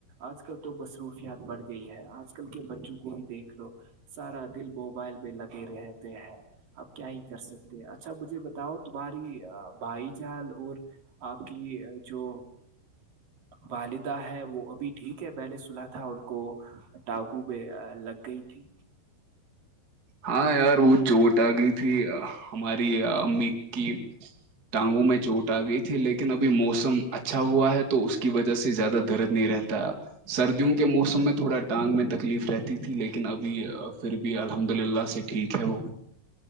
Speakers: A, on the right; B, on the right.
A: آج کل تو مصروفیات بڑ گئی ہے آج آج کل کے بچوں کو بھی دیکھ لو سارا دل موبائل پہ لگے رہتے ہیں آپ کیا ہی کر سکتے ہیں اچھا مجھے بتاؤ تمہاری بھائی جال اور آپ کی جو والدہ ہے وہ ابھی ٹھیک ہے میں نے سنا تھا ان کو کو ٹاگو میں لگ گئی تھی
B: ہاں یار وہ چوٹ آ گئی تھی ہماری امی کی ٹانگو میں چوٹ آ گئی تھی لیکن ابھی موسم اچھا ہوا ہے تو اس کی وجہ سے زیادہ درد نہیں رہتا سردیوں کے موسم میں تھوڑا ٹانگ میں تکلیف رہتی تھی لیکن ابھی پھر بھی الحمد للہ سے ٹھیک ہے وہ